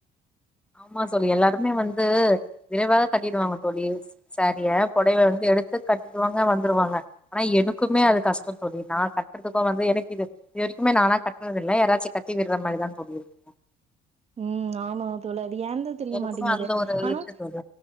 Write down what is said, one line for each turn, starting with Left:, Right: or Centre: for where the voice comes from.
Centre: ஆமா சொல்லி எல்லாருமே வந்து விரைவாகா கட்டிடுவாங்க தோழி சரிய புடைவை வந்து எடுத்து கட்டுவாங்க வந்து கட்ருவாங்க ஆனா எனக்குமே அது கஷ்டம் தோழி நான் கட்டுறதுக்கும் வந்து எனக்கு இது இதுவரைக்குமே நானா கட்டுறதில்லை யாராச்சும் கட்டி வீடுற மாரிதான் தோழியே இருக்கோம்
Right: உம் ஆமா <unintelligible> ஏந்தா தெரிய
Centre: எனக்குமே
Right: மாட்டேங்குது
Centre: அந்த ஒரு
Right: ஆனா
Centre: இருக்கு தோழி